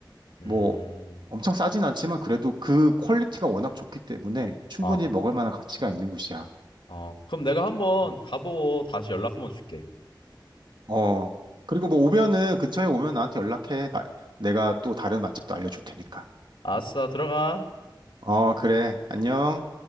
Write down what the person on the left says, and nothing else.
음,
어,
어, 그럼 내가 한번
가보고 다시 연락 한번 줄게.
알았어, 들어가.